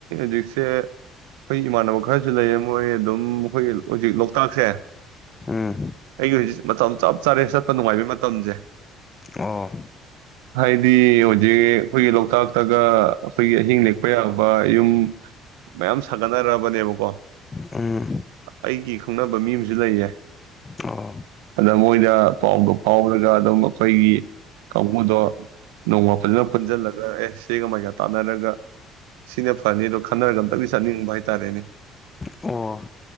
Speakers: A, on the right; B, on the left.
A: ꯖꯤꯁ ꯑꯩꯈꯣꯏ ꯏꯃꯥꯟꯅꯕ ꯈꯔꯁꯨ ꯂꯩꯌꯦ ꯃꯣꯏ ꯑꯗꯨꯝ ꯑꯩꯈꯣꯏꯒꯤ ꯍꯧꯖꯤꯛ ꯂꯣꯛꯇꯥꯛꯁꯦ
B: ꯎꯝ
A: ꯑꯩꯒꯤ ꯍꯧꯖꯤꯛ ꯃꯇꯝ ꯆꯞ ꯆꯥꯔꯦ ꯆꯠꯄ ꯅꯨꯡꯉꯥꯏꯕꯩ ꯃꯇꯝꯁꯦ
B: ꯑꯣ
A: ꯍꯥꯏꯗꯤ ꯍꯧꯖꯤꯛ ꯑꯩꯈꯣꯏꯒꯤ ꯂꯣꯛꯇꯥꯛꯇꯒ ꯑꯩꯈꯣꯏꯒꯤ ꯑꯍꯤꯡ ꯂꯦꯛꯄ ꯌꯥꯕ ꯌꯨꯝ <unintelligible> ꯃꯌꯥꯝ ꯁꯥꯒꯠꯅꯔꯛꯑꯕꯅꯦꯕꯀꯣ
B: ꯎꯝ
A: ꯑꯩꯒꯤ ꯈꯪꯅꯕ ꯃꯤ ꯑꯃꯁꯨ ꯂꯩꯌꯦ
B: ꯑꯣ
A: ꯑꯗ ꯃꯣꯏꯗ ꯄꯥꯎꯗꯣ ꯐꯥꯎꯔꯒ <unintelligible> ꯑꯩꯈꯣꯏꯒꯤ ꯀꯥꯡꯕꯨꯗꯣ ꯅꯣꯡꯃ ꯐꯖꯅ ꯄꯨꯟꯁꯤꯜꯂꯒ ꯑꯦ <unintelligible> ꯇꯥꯟꯅꯔꯒ ꯁꯤꯅ ꯐꯅꯤ ꯑꯗꯣ ꯈꯟꯅꯔꯒ ꯑꯝꯇꯪꯗꯤ ꯆꯠꯅꯤꯡꯕ ꯍꯥꯏꯇꯥꯔꯦꯅꯦ
B: ꯑꯣ